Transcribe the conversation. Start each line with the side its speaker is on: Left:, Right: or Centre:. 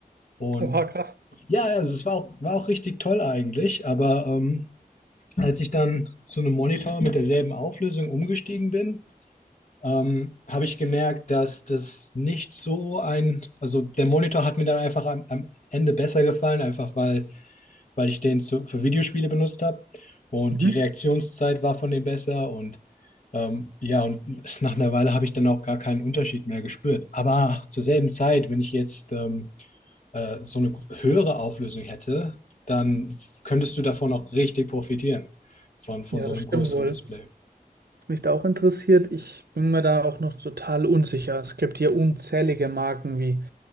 Left: Und
Right: Oha, krass.
Left: ja, also es war auch, war auch richtig toll eigentlich. Aber ähm, als ich dann zu einem Monitor mit derselben Auflösung umgestiegen bin, ähm, habe ich gemerkt, dass das nicht so ein, also der Monitor hat mir dann einfach am, am Ende besser gefallen, einfach weil, weil ich den zu, für Videospiele benutzt habe. Und
Right: Mhm.
Left: die Reaktionszeit war von dem besser und ähm, ja, und nach einer Weile habe ich dann auch gar keinen Unterschied mehr gespürt. Aber zur selben Zeit, wenn ich jetzt ähm, äh, so eine höhere Auflösung hätte, dann könntest du davon auch richtig profitieren, von, von
Right: Ja,
Left: so
Right: das
Left: einem
Right: stimmt
Left: größeren
Right: wohl.
Left: Display.
Right: Was mich da auch interessiert, ich bin mir da auch noch total unsicher. Es gibt hier unzählige Marken wie